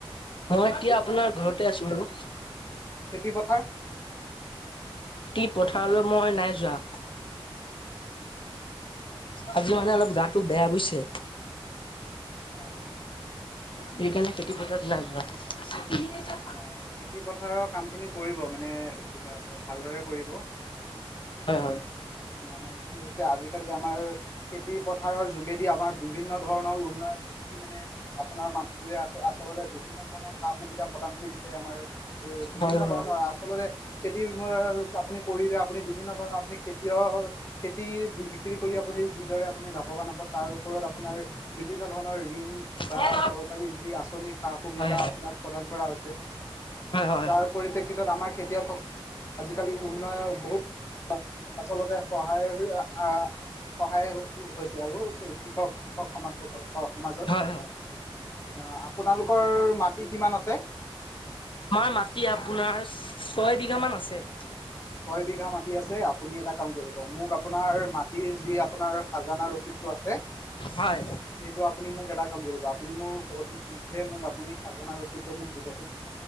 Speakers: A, on the left (about 60°); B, on the left (about 30°).
A: মই এতিয়া আপোনাৰ ঘৰতে আছোঁ বাৰু।
B: খেতিপথাৰ
A: তি পথাৰলৈ মই নাই যোৱা। আজি মানে
B: অ
A: অলপ গাটো বেয়া বুজিছে।
B: হয়, হয়।
A: সেইকাৰণে খেতি পথাৰত নাই যোৱা।
B: অ' খেতি পথাৰৰ কামখিনি কৰিব, মানে কিবা ভালদৰে কৰিব।
A: হয় হয়।
B: মানে কি হৈছে, আজিকালি আমাৰ খেতি পথাৰৰ যোগেদি আমাৰ বিভিন্ন ধৰণৰ উন্নয়নমুখী মানে আপোনাৰ মানুহবোৰে আ আচলতে বিভিন্ন ধৰণৰ সা সুবিধা প্ৰদান কৰিছে। আমাৰ বিভিন্ন
A: হয় হয়
B: ধৰণৰ
A: হয় হয়।
B: আচলতে খেতি আপুনি কৰিলে, আপুনি বিভিন্ন ধৰণৰ আপুনি খেত কিয় খেতিৰ বি বিক্ৰী কৰি আপুনি যিদৰে আপুনি লাভৱান হ'ব, তাৰ ওপৰত আপোনাৰ বিভিন্ন ধৰণৰ ঋণ বা
A: হয়
B: চৰকাৰী যি আঁচনি সা সুবিধা
A: হয়
B: আপোনাৰ প্ৰদান কৰা হৈছে।
A: হয় হয়।
B: যাৰ পৰিপ্ৰেক্ষিতত আমাৰ খেতিয়ক আজিকালি উন্নয়নৰ বহুত আচলতে সহায় আ সহায় টো হৈছে আৰু কৃষক কৃষক সমাজসকল অ, সমাজত।
A: হয় হয়।
B: অ, আপোনালোকৰ মাটি কিমান আছে?
A: আমাৰ মাটি আপোনাৰ ছয় বিঘামান আছে।
B: ছয় বিঘা মাটি আছে, আপুনি এটা কাম কৰিব মোক আপোনাৰ মা <unintelligible> যি আপোনাৰ খাজানাৰ ৰচিদটো আছে
A: হয়।
B: সেইটো আপুনি মোক এটা কাম কৰিব, আপুনি মোক অতি শীঘ্ৰে মোক আপুনি খাজানাৰ ৰচিদটো মোক দিবচোন।